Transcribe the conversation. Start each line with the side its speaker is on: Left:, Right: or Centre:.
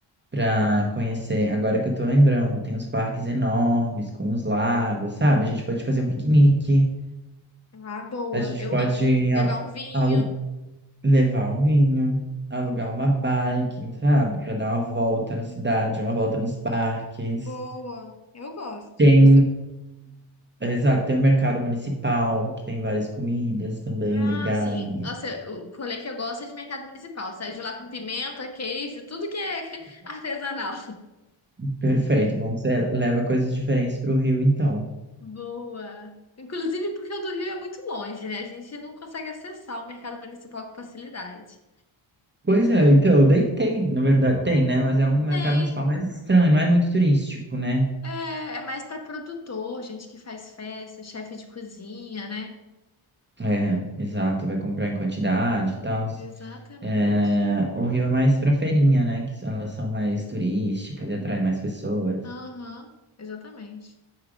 Right: para conhecer. Agora que eu tô lembrando, tem uns parques enormes com os lagos, sabe? A gente pode fazer um piquenique,
Left: Ah, boa.
Right: a gente
Left: Eu
Right: pode
Left: amo. Levar
Right: a-
Left: um vinho.
Right: alu- levar um vinho, alugar uma bike, sabe? Para dar
Left: Hum,
Right: uma volta na cidade, uma volta nos parques.
Left: Boa, eu gosto.
Right: Tem,
Left: Você...
Right: exato, tem o mercado municipal, que tem várias comidas também
Left: Ah,
Right: legais.
Left: sim. Nossa, eu- o rolê que eu gosto é de mercado municipal. Sai de lá com pimenta, queijo, tudo que é <laughs> artesanal.
Right: Perfeito, bom, você leva coisas diferentes para o Rio, então.
Left: Boa. Inclusive porque o do Rio é muito longe, né? A gente não consegue acessar o mercado municipal com facilidade.
Right: Pois é, então, daí tem, na verdade tem, né? Mas é um mercado
Left: Tem.
Right: municipal mais estranho, não é muito turístico, né?
Left: É, é mais para produtor, gente que faz festa, chefe de cozinha, né?
Right: É, exato, vai comprar em quantidade e tal.
Left: Exatamente.
Right: É, o Rio é mais pra feirinha, né? Que elas são mais turísticas e atraem mais pessoas.
Left: Aham, exatamente.